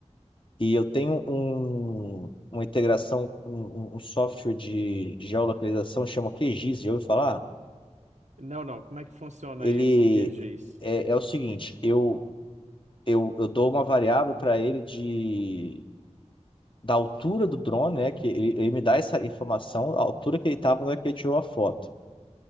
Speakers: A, on the left; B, on the right.
A: E eu tenho um, uma integração, um, um- um software de, de geolocalização, chama QGIS, já ouviu falar?
B: Não, não. Como é que funciona
A: Ele
B: esse QGIS?
A: é, é o seguinte, eu, eu, eu dou uma variável para ele de, da altura do drone, né? Que ele, ele me dá essa informação, a altura que ele estava na hora que ele tirou a foto.